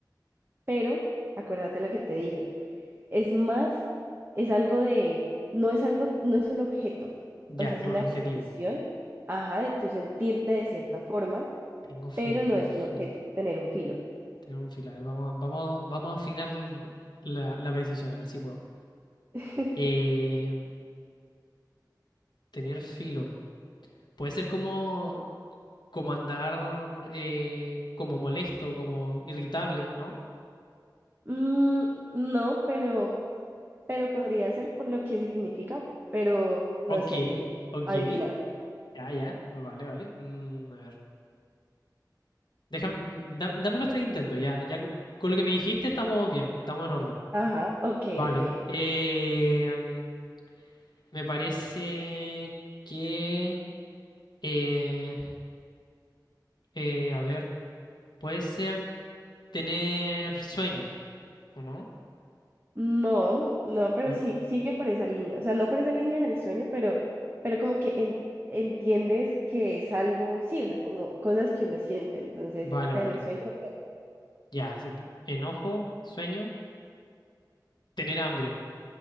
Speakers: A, on the right; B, on the left.
A: Pero, acuérdate lo que te dije, es más, es algo de, no es algo, no es un objeto,
B: ya,
A: o sea, es
B: es
A: una
B: un adjetivo.
A: expresión, ajá, de tu sentirte de cierta forma,
B: Tengo filo,
A: pero
B: tengo
A: no es
B: filo.
A: un objeto, tener un filo.
B: Tenemos un filo. A ver, vamos, vamos, vamos a afinar l- la, la precisión, a ver si puedo.
A: <laughs>
B: Eh, tener filo. Puede ser como, como andar eh, como molesto, como irritable, ¿no?
A: Mm, no, pero, pero podría ser por lo que significa, pero no
B: Ok,
A: sé,
B: ok.
A: adivina.
B: Ya, ya. Vale, vale. Mm, a ver. Déjame, mm, da- dame los tres intentos. Ya, ya. co- Con lo que me dijiste estamos bien, estamos en orden.
A: Ajá, ok,
B: Vale.
A: ok.
B: Eh, me parece que... eh, eh, a ver. Puede ser. tener sueño, ¿o no?
A: No, no, pero
B: ¿no?
A: sí, sigue por esa línea. O sea, no por esa línea del sueño, pero, pero como que en- entiendes que es algo, sí, o sea, como cosas que uno siente. Entonces,
B: Vale,
A: tener
B: vale.
A: sueño. ¿no?
B: Ya, se- enojo, sueño, tener hambre.